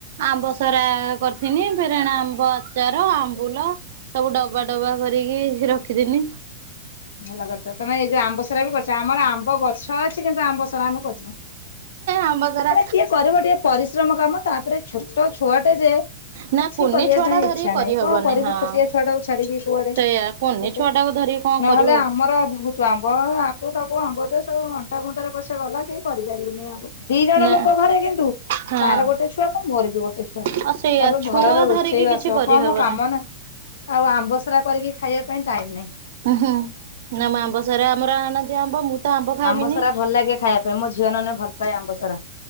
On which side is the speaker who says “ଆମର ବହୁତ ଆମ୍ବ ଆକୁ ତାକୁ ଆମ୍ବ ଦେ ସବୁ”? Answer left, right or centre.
Left